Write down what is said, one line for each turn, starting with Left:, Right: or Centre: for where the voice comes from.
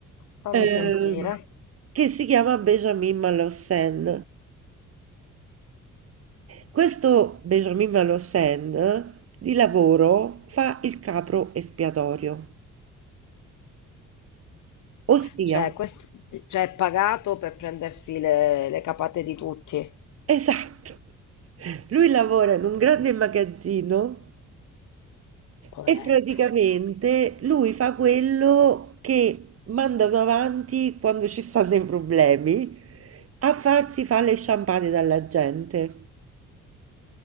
Left: fammi
Right: ehm,
Left: sentire.
Right: che si chiama Benjamin Malhossein. Questo Benjamin Malhossein di lavoro fa il capro espiatorio, ossia
Left: Cioè, questo, cioè, è pagato per prendersi le, le capate di tutti,
Right: Esatto. Lui lavora in un grande magazzino
Left: poveretto.
Right: e praticamente lui fa quello che mandano avanti quando ci stanno i problemi, a farsi fare le sciampate dalla gente.